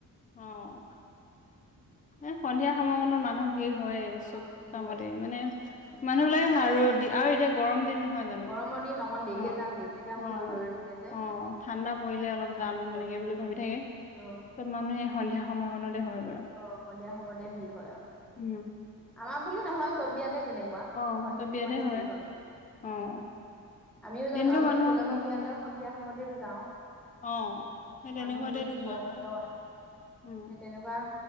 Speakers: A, on the left (about 25°); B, in the centre.
A: অ'। এ, সন্ধিয়া সময়কণত মানুহ ভিৰ হয়ে।
B: অ
A: চব
B: কি
A: কামতে
B: হয়
A: মানে,
B: অ
A: মানুহ বিলাকে ভাব ৰ'দ দি আৰু এতিয়া গৰম দিন নহয় জানো।
B: গৰমৰ দিন অকণ দেৰিকে
A: অ',
B: যাম দেৰিকে যাম
A: অ',
B: কৰি ৰৈ থাকে যে
A: অ', ঠাণ্ডা
B: সেইকাৰণে
A: পৰিলে অলপ
B: ঠাণ্ডা
A: যাম
B: পৰিলে
A: এনেকে
B: যাম
A: বুলি ভাবি থাকে।
B: অ'।
A: চব মানুহে সন্ধিয়া সময়কণতে হৈ গৈ আও।
B: অ', সন্ধিয়া সময়তে ভিৰ হয় আৰু।
A: উ।
B: আমাৰ বুলি নহয়, চব বিয়াতে তেনেকুৱা, সন্ধিয়া
A: অ চব বিয়াতে
B: সময়তে ভিৰ হয়।
A: অ'।
B: আমিও
A: দিনটো
B: জানো, আমিও
A: মানুহৰ
B: বেলেগৰ বিয়ালৈ সন্ধিয়া সময়তেতো যাওঁ।
A: অ',
B: অকণ
A: সেই তেনেকুৱাতেতো
B: মানুহ ভিৰটো
A: যোৱা
B: কমক,
A: হয়।
B: <unintelligible>
A: উম,
B: সেই তেনেকুৱা।